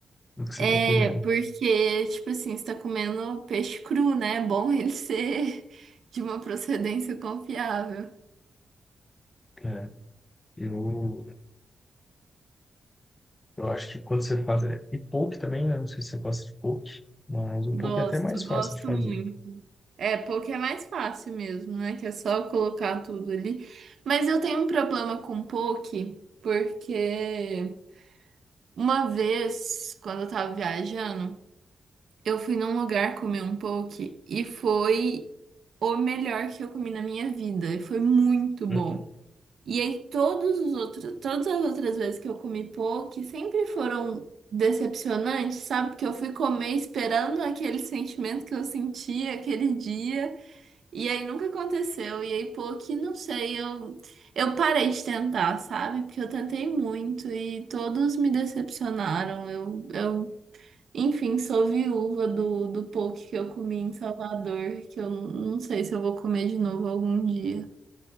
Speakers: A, on the left; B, on the right.
A: do que você
B: É,
A: está comendo.
B: porque, tipo assim, você tá comendo peixe cru, né? É bom ele <laughs> ser de uma procedência confiável.
A: É, eu, eu acho que quando você faz. é, E poke também, né? Não sei se você gosta de poke, mas o
B: Gosto,
A: poke é até mais fácil
B: gosto
A: de fazer.
B: muito. É, porque é mais fácil mesmo, né? Que é só colocar tudo ali. Mas eu tenho um problema com poke, porque uma vez, quando eu tava viajando, eu fui num lugar comer um poke e foi o melhor que eu comi na minha vida. E foi muito bom.
A: Uhum.
B: E aí todos os outros, todas as outras vezes que eu comi poke sempre foram decepcionantes, sabe? Porque eu fui comer esperando aquele sentimento que eu sentia aquele dia, e aí nunca aconteceu. E aí poke, não sei, eu eu parei de tentar, sabe? Porque eu tentei muito e todos me decepcionaram. Eu eu Enfim, sou viúva do, do poke que eu comi em Salvador, que eu não sei se eu vou comer de novo algum dia.